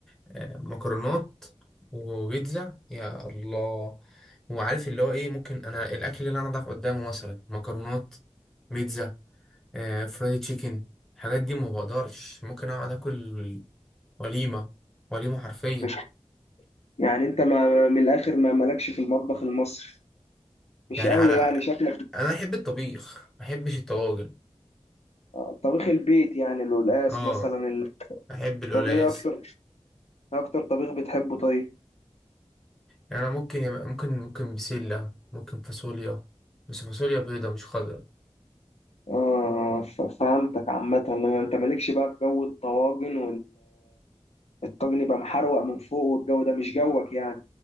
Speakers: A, in the centre; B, on the left.
A: آه، مكرونات وبيتزا يا الله وعارف اللي هو ايه ممكن انا الاكل اللي انا اضعف قدامه مثلا مكرونات بيتزا آه، فرايد تشيكن الحاجات دي ما بقدرش ممكن اقعد اكل وليمه وليمه حرفيا
B: مش يعني انت ما من الاخر ما مالكش في المطبخ المصري مش
A: يعني
B: قوي
A: على
B: يعني شكلك
A: انا احب الطبيخ ما احبش الطواجن
B: آه، طبيخ البيت يعني القلقاس
A: اه
B: مثلا ال-
A: احب القلقاس
B: طب ايه اكتر إيه اكتر طبيخ بتحبه طيب
A: يعني أنا ممكن يبقى ممكن ممكن بسلة ممكن فاصوليا بس فاصوليا بيضة مش خضرا
B: اه ف- فهمتك عامة انت مالكش بقى في جو الطواجن والطاجن يبقى محروق من فوق والجو ده مش جوك يعني